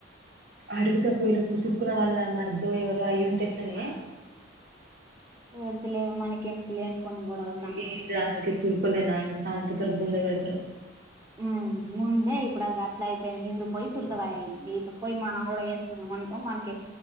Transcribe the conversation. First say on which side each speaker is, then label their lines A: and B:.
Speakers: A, on the right (about 60°); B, on the right (about 15°).
A: అడుగుత ఒకవేళ పుసుక్కున వాళ్ల మరిదో ఎవరో అయ్యి ఉంటే ఎట్లనే
B: వద్దులే మనకి ఎందుకు లేనిపోని
A: వామ్మో
B: గొడవలుతంట
A: ఏంది అసలుకే తూరుకోలేను నాయన సంపుతరు బూంద పెడతరు
B: హ్మ్మ్ ముందే ఇప్పుడు అది అట్లా అయిపోయిన హిందు పోయి తొందర అయింది పోయి మనం కూడా ఎసుకున్నాం అనుకో మనకు